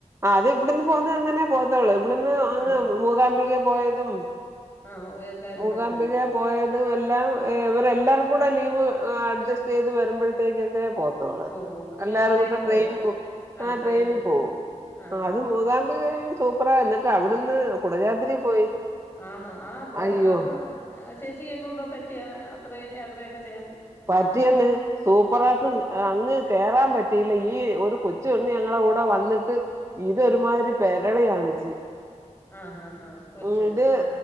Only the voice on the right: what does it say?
അത് ഇവിടുന്ന് പോകുന്നെ അങ്ങനെ പോത്തള്ളൂ ഇവിടുന്ന് അങ്ങ്
മൂകാംമ്പികേ പോയതും
മൂകാംമ്പികേ
പോയതും എല്ലാം ഏഹ് ഇവരെല്ലാവരും കൂടെ ലീവ് ഏഹ് അഡ്ജസ്റ്റ് ചെയ്ത് വരുമ്പഴത്തേക്കൊക്കെ പോവ ത്തൊള്ളു
എല്ലാരും
കൂടെ ട്രെയിൻ
ബുക്ക് ആഹ്
ട്രെയിനി
പോകും
അത് മുകാ മ്പികയും സൂപ്പറാ എന്നിട്ട് അവിടുന്ന് കുടജാദ്രി പോയി
അയ്യോ
പറ്റിയെന്ന് സൂപ്പറായിട്ടും അങ്ങ് കേറാൻ പറ്റിയില്ല ഇ ഈ ഒരു കൊച്ചു പെണ്ണ് ഞങ്ങളെ കൂടെ വന്നിട്ട് ഇതൊരുമാതിരി പെരളി കാണിച്ച്.
ഉം ഇത്